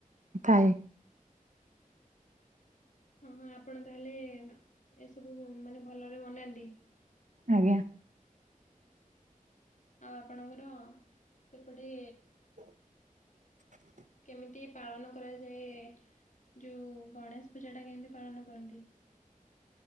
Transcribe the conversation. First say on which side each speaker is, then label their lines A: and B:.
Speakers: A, on the right; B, on the left.
A: ଥାଏ।
B: ହଁ ହଁ ଆପଣ ତାହେଲେ ଏସବୁ ମାନେ ଭଲରେ ବନାନ୍ତି।
A: ଆଜ୍ଞା।
B: ଆଉ ଆପଣଙ୍କର ସେପଟେ
A: <unintelligible>
B: କେମିତି ପାଳନ କରାଯାଏ ଯୋଉ ଗଣେଶ ପୂଜା ଟା କେମିତି ପାଳନ କରନ୍ତି?